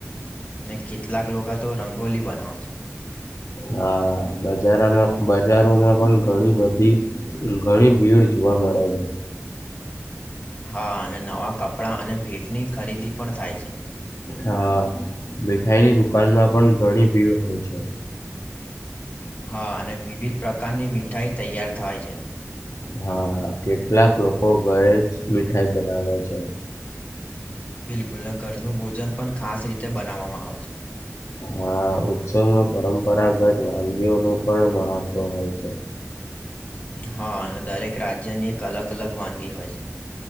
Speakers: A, on the left (about 35°); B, on the left (about 70°).
A: ને કેટલાક લોકો તો રંગોલી બનાવે છે.
B: હા બજારામાં બજારોમાં પણ ઘણી બધી ઘણી ભીડ જોવા મળે છે.
A: હા અને નવા કપડાં અને ભેટની ખરીદી પણ થાય છે.
B: હા મીઠાઈની દુકાનમાં પણ ઘણી ભીડ હોય છે.
A: હા અને વિવિધ પ્રકારની મીઠાઈ તૈયાર થાય છે.
B: હા કેટલાક લોકો ઘરે જ મીઠાઈ બનાવે છે.
A: બિલકુલ ને ઘરનું ભોજન પણ ખાસ રીતે બનાવવામાં આવે છે.
B: હા ઉત્સવમાં પરંપરાગત વાનગીઓનુ પણ મહત્વ હોય છે.
A: હા અને દરેક રાજ્યની એક અલગ અલગ વાનગી હોય છે.